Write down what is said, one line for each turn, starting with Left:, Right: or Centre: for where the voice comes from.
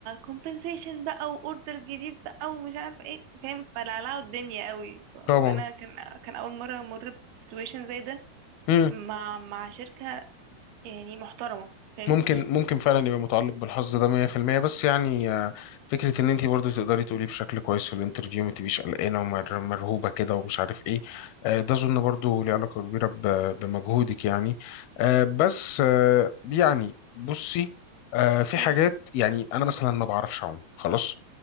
Right: compensation بقى واوردر جديد بقى ومش عارفة ايه فاهم فلعلعوا الدنيا قوي ف... وانا
Left: طبعا
Right: كان كان اول مرة امر بسيتويشن زي ده
Left: امم
Right: مع مع شركة يعني محترمة فاهم
Left: ممكن ممكن فعلا يبقى متعلق بالحظ ده 100% بس يعني آه، فكره ان انت برضو تقدري تقولي بشكل كويس في الانترفيو ما تبقيش قلقانه ومرهوبه كده ومش عارف ايه آه، ده اظن برضو ليه علاقه كبيره ب- بمجهودك يعني آه، بس آه، يعني بصي آه، في
Right: امم
Left: حاجات يعني انا مثلا ما بعرفش اعوم خلاص